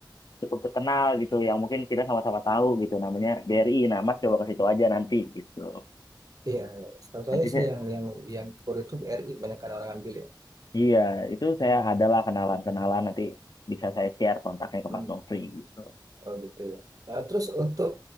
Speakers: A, on the left (about 55°); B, on the right (about 50°).
A: cukup terkenal gitu yang mungkin kita sama-sama tahu gitu namanya BRI. Nah, Mas coba ke situ aja nanti gitu.
B: Iya, iya. setahu saya
A: Nanti saya
B: sih yang yang yang kur itu BRI banyak kan orang ambil ya.
A: iya, itu saya adalah kenalan-kenalan nanti bisa saya share kontaknya ke
B: Hmm,
A: Mas Novi gitu.
B: oh gitu ya. Nah, terus untuk